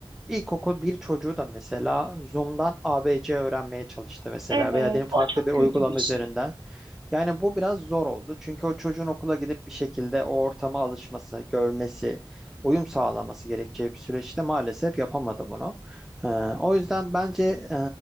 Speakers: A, in the centre; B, on the right.
A: İlkokul bir çocuğu da mesela Zoom'dan A B C öğrenmeye çalıştı mesela
B: Evet,
A: veya diyelim farklı
B: o çok
A: bir
B: kötü
A: uygulama
B: bir şey.
A: üzerinden. Yani bu biraz zor oldu. Çünkü o çocuğun okula gidip bir şekilde o ortama alışması, görmesi, uyum sağlaması gerekeceği bir süreçte maalesef yapamadı bunu. Ee, o yüzden bence